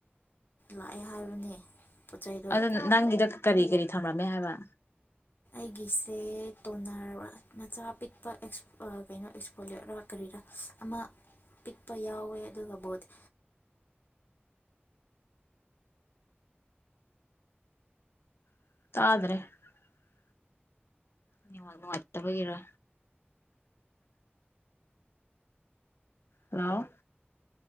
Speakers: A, on the left; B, on the left.
A: ꯂꯥꯛꯑꯦ ꯍꯥꯏꯕꯅꯦ꯫ ꯄꯣꯠ ꯆꯩꯗꯣ
B: ꯑꯗꯨ ꯅꯪꯒꯤꯗꯣ ꯀꯔꯤ - ꯀꯔꯤ ꯊꯝꯂꯝꯃꯦ ꯍꯥꯏꯕ
A: ꯑꯩꯒꯤꯁꯦ ꯇꯣꯟꯅꯔ ꯃꯆꯥ ꯄꯤꯛꯄ ꯀꯩꯅꯣ ꯑꯦꯛꯁꯄꯣꯂꯤꯌꯔ ꯀꯔꯤꯔꯥ ꯑꯃ ꯄꯤꯛꯄ ꯌꯥꯎꯋꯦ ꯑꯗꯨꯒ ꯕꯣꯗꯤ
B: ꯇꯥꯗꯔ꯭ꯦ ꯫ ꯅꯦꯠꯋꯥꯛ ꯅꯨꯪꯉꯥꯏꯇꯥꯕꯥꯒꯤꯔ? ꯍꯂꯣ!